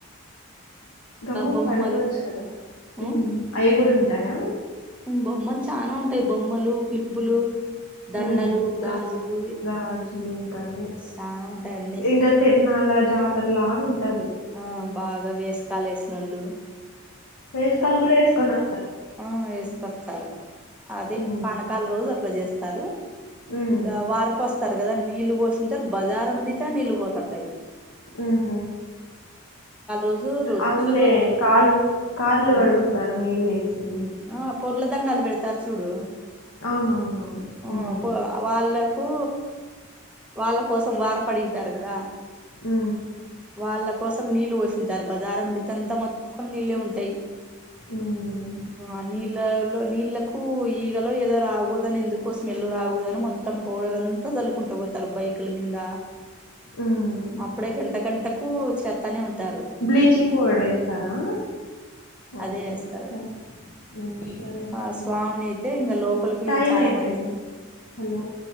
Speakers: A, on the left; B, in the centre.
A: గమ్ముం
B: బొమ్మలు
A: పడుకోవచ్చు కదా
B: ఉమ్
A: మ్ అయ్యాకూడా ఉంటాయా
B: బొమ్మలు చానా ఉంటాయి బొమ్మలు క్లిప్లో దండలు
A: ఉమ్,
B: గాజులు
A: గా- గాజులు ఇంకా అన్ని
B: చాలా ఉంటాయి అన్నీ
A: ఇంకా తిరణాల జాతర లాగా ఉంటది
B: ఆ బాగా వేసుకలు వేసినళ్ళు
A: వేసుకలు కూడా వేసుకునా
B: ఆ వేసుకొస్తారు అదే
A: ఉమ్,
B: పానకాల రోజు అట్లా చేస్తారు
A: ఉమ్,
B: ఇంకా వారిపోస్తారు కదా నీళ్ళు పోసంట బజారం ముడితే నీళ్ళు పోతట్టయి
A: ఉ హ
B: రోజు రొచ్చు
A: ఆనులే
B: రొచ్చు
A: కాల్ కల్లు
B: ఆ
A: కడుగు తరనీళ్ లేసిద
B: ఉమ్ ఆ పొర్లదండాలు పెడతారు చూడు
A: అవునవునవును
B: ఆ
A: ఉమ్
B: పో వాళ్ళకు వాళ్ళ కోసం వారపడింటారు కదా
A: మ్
B: వాళ్ళ కోసం నీళ్ళు పోస్తుంటారు బజారం మడితేంతా మొత్తం నీళ్ళే ఉంటాయి
A: మ్
B: ఆ నీళ్ళలో నీళ్ళకు పో ఈగలో ఏదో రాకూడదుని ఎందుకో స్మెల్ రాకూదుని మొత్తం పౌడర్ అంతా చలుకుంట పో బైకుల మీద
A: ఉమ్.
B: అప్పుడే గంట గంటకు చేతనే ఉంట హలో
A: బ్లీచింగ్ పౌడర్ వేస్తారా ఓకే
B: అదే చేస్తారు
A: సరే ఉమ్, సరే అండి
B: ఆ స్వామిని
A: బాయ్
B: అయితే ఇంకా లోపలికి
A: టైం
B: చాలా
A: అయిపోయింది
B: మందిని
A: హలో